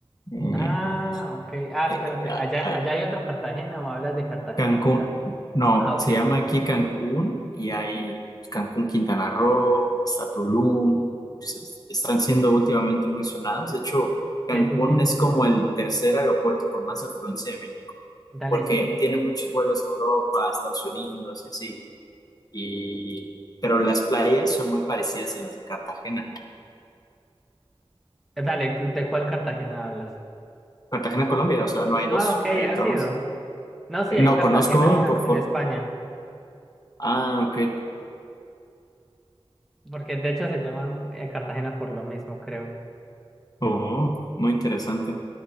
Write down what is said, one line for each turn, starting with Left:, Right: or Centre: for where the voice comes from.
Left: Eh,
Centre: Ah, ok. Ah,
Left: eh,
Centre: espérate. ¿Allá,
Left: eh,
Centre: allá hay otro Cartagena o hablas de Cartagena
Left: Cancún,
Centre: de acá?
Left: no,
Centre: Ah, ok.
Left: se llama aquí Cancún y hay pues, Cancún, Quintana Roo, está Tulum, se- están siendo últimamente muy sonados. De hecho, Cancún
Centre: Sí, sí, sí.
Left: es como el tercer aeropuerto con más afluencia de México,
Centre: Dale,
Left: porque
Centre: sí.
Left: tiene muchos vuelos a Europa, a Estados Unidos y así. Y, pero las playas son muy parecidas a las de Cartagena.
Centre: Dale, ¿de cuál Cartagena hablas?
Left: Cartagena, Colombia, o sea, no hay
Centre: Ah,
Left: dos,
Centre: ok,
Left: hay otra
Centre: ha sido.
Left: más.
Centre: No, sí,
Left: Eh,
Centre: hay
Left: No
Centre: Cartagena
Left: conozco por
Centre: en
Left: foto.
Centre: España,
Left: Ah, ok.
Centre: porque de hecho se llaman eh, Cartagena por lo mismo, creo.
Left: Oh, muy interesante.